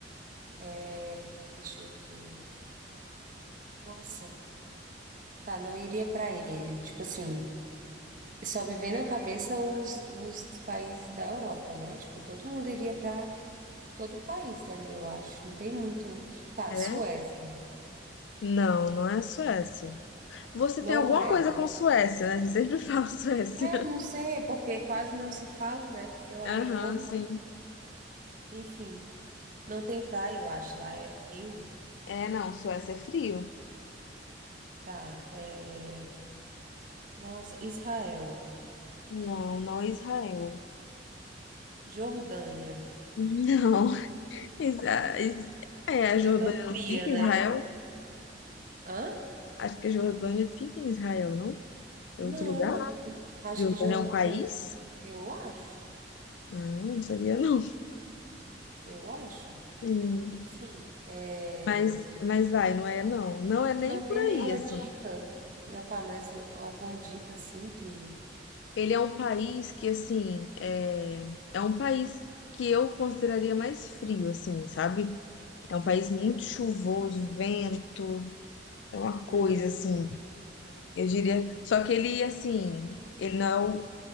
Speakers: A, on the right (about 45°); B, on the left (about 75°).
A: É, deixa eu ver. Nossa, tá, não iria pra ele. Tipo assim, só me vem na cabeça os, os países da Europa, né? Tipo, todo mundo iria pra todo país dali, eu acho. Não tem muito. Tá,
B: É?
A: Suécia,
B: Não, não é Suécia. Você tem
A: Noruega.
B: alguma coisa com Suécia, né? Você sempre fala <laughs> Suécia.
A: É, não sei, é porque quase não se fala, né? Eu aí
B: Aham,
A: eu vou.
B: sim.
A: Enfim, não tem praia, eu acho. Lá é frio.
B: É, não, Suécia é frio.
A: Tá, é. Nossa, Israel,
B: Não, não é Israel.
A: Jordânia.
B: <laughs> Não. Isa- Is- É, a Jordânia
A: Eu tô fria,
B: não fica
A: né?
B: em Israel?
A: Hã?
B: Acho que a Jordânia fica em Israel, não? É
A: Não,
B: outro lugar?
A: acho que, acho
B: Jordânia
A: que Jordânia.
B: é um país?
A: Eu acho,
B: Ah, não sabia não.
A: eu acho.
B: Hum,
A: Enfim, é,
B: Mas, mas vai, não é não. Não é nem
A: não
B: por
A: tem
B: aí,
A: nenhuma
B: assim.
A: dica, não tá, mas alguma dica assim que.
B: Ele é um país que, assim, é, é um país que eu consideraria mais frio, assim, sabe? É um país muito chuvoso, vento, é uma
A: hum,
B: coisa, assim. Eu diria. Só que ele, assim, ele não é o